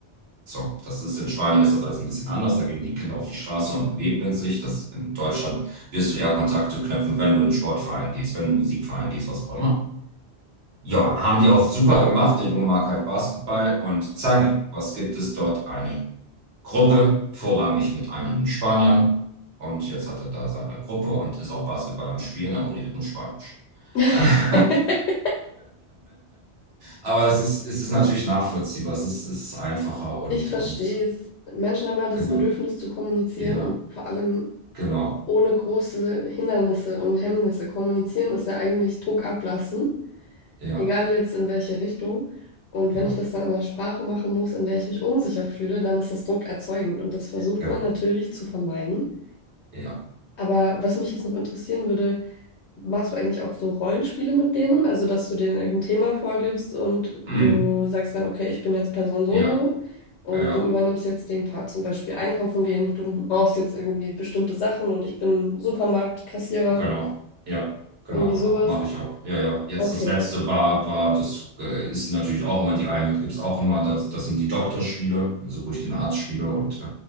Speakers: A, on the right (about 65°); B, on the left (about 80°).
A: So, das ist in Spanien ist das alles ein bisschen anders. Da gehen die Kinder auf die Straße und begegnen sich. Das in Deutschland wirst du eher Kontakte knüpfen, wenn du in einen Sportverein gehst, wenn du in einen Musikverein gehst, was auch immer. Ja, haben die auch super gemacht. Der Junge mag halt Basketball und zack, was gibt es dort? Eine Gruppe, vorrangig mit einigen Spaniern. Und jetzt hat er da seine Gruppe und ist auch Basketball am Spielen, aber redet nur Spanisch.
B: <laughs>
A: <laughs> Aber es ist, es ist natürlich nachvollziehbar, es ist, es ist einfacher und,
B: Ich verstehe
A: und
B: es. Menschen haben ja das
A: genau,
B: Bedürfnis zu kommunizieren
A: ja,
B: und vor allem
A: genau,
B: ohne große Hindernisse und Hemmnisse. Kommunizieren ist ja eigentlich Druck ablassen,
A: ja,
B: egal jetzt in welche Richtung. Und
A: ja,
B: wenn ich das dann in einer Sprache machen muss, in der ich mich unsicher fühle, dann ist das Druck erzeugend und das versucht
A: genau,
B: man natürlich zu vermeiden.
A: ja,
B: Aber was mich jetzt noch interessieren würde, machst du eigentlich auch so Rollenspiele mit denen? Also, dass du denen irgendein Thema vorgibst und
A: mhm,
B: du sagst dann, okay, ich bin jetzt Person so
A: ja,
B: und so und
A: ja.
B: du übernimmst jetzt den Part, zum Beispiel einkaufen gehen, du brauchst jetzt irgendwie bestimmte Sachen und ich bin Supermarktkassierer.
A: Genau, ja, genau,
B: Irgendwie sowas.
A: genau, mache ich auch. Ja, ja, jetzt
B: Okay.
A: das letzte war, war, das äh, ist natürlich auch immer die Einheit, gibt es auch immer, das, das sind die Doktorspiele, also wo ich den Arzt spiele und <laughs>